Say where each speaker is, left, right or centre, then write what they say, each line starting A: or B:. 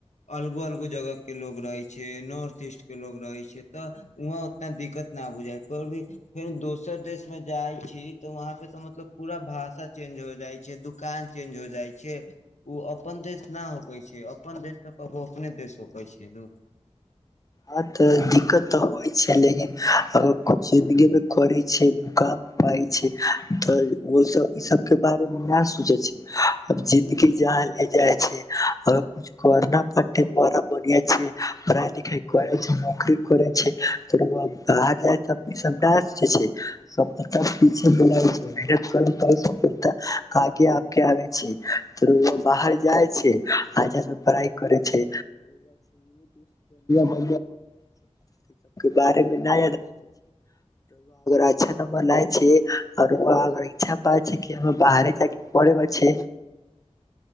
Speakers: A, on the left (about 85°); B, on the left (about 30°).
A: अलगो अलगो जगह के लोग रहे छै। नॉर्थ ईस्ट के लोग रहे छै। तऽ वहााँ उतना दिक्कत न बुझा फे भी फेर दोसर देश मे जाइ छी तऽ वहााँ पे तऽ मतलब पूरा भाषा चेंज हो जाइ छै। दुकान चेंज हो जाइ छै। ओ अपन देश न होपै छै। अपन देश तऽ कबो अपने देश होपै छै ने
B: ह तऽ दिक्कत तऽ होइ छै। लेकिन अगर कुछ जिंन्दगी मे करै छै। मुकाम पइ छै, तऽ ओ सब इ सब के बारे मे न सोचे छै, जिदगी जहााँ ले जाइ छै अगर कुछ करना पड़े बड़ा बढ़िया छै। पढ़ाई लिखाई करैइ छ नोकरी करै छै <unintelligible> आगे आ आबे छै त बाहर जाइ छै पढ़इ कर छै <unintelligible> सब बारे मेा अच्छा नं्बर लाय छैर इच्छा बात छै बाहरे पे